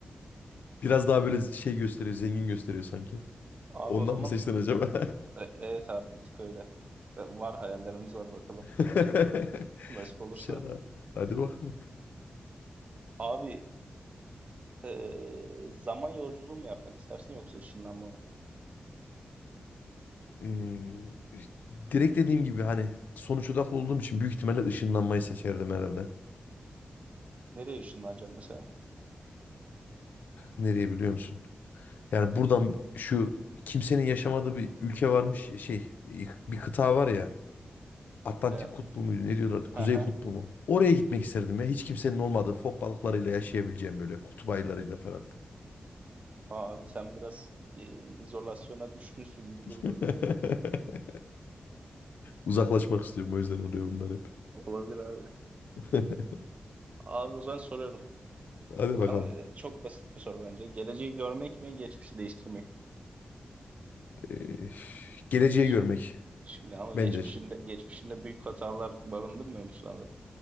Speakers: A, on the left (about 80°); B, on the right (about 50°).
A: Biraz daha böyle şey gösteriyor zengin gösteriyor sanki.
B: Abi
A: Ondan
B: o zaman
A: mı seçtin acaba?
B: e, evet abi bir tık öyle. E, Var hayallerimiz var bakalım.
A: <laughs>
B: Nasip olursa.
A: Şaka. Hadi bakalım.
B: Abi e, zaman yolculuğu mu yapmak istersin yoksa ışınlanma mı?
A: Ee, direkt dediğim gibi hani sonuç odaklı olduğum için büyük ihtimalle ışınlanmayı seçerdim herhalde.
B: Nereye ışınlanacağım mesela?
A: Nereye biliyor musun? Yani buradan şu kimsenin yaşamadığı bir ülke varmış ya, şey bir kıta var ya Atlantik
B: Ne?
A: kutbu muydu ne diyorlardı Kuzey
B: <laughs>
A: kutbu mu? Oraya gitmek isterdim ya hiç kimsenin olmadığı fok balıklarıyla yaşayabileceğim böyle kutup ayılarıyla falan.
B: Abi sen biraz e, izolasyona düşkünsün gibi
A: <laughs>
B: durdu.
A: Uzaklaşmak istiyorum o yüzden oluyor bunlar hep.
B: Olabilir abi.
A: <laughs>
B: Abi o zaman soruyorum.
A: Hadi bakalım.
B: Ama e, çok basit bir soru bence. Geleceği görmek mi, geçmişi değiştirmek mi?
A: Ee, geleceği
B: Ş-
A: görmek
B: Şimdi ama
A: bence
B: geçmişinde geçmişinde büyük hatalar barındırmıyor musun abi?